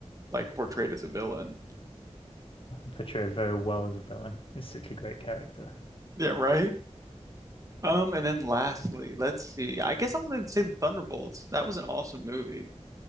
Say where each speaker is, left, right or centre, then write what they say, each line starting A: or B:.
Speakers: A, on the right; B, on the left.
A: like portrayed as a villain.
B: Portrayed very well as a villain. He's such a great character.
A: Yeah, right? Um,
B: Like,
A: and then lastly, let's see. I guess I'm gonna say the Thunderbolts. That was an awesome movie.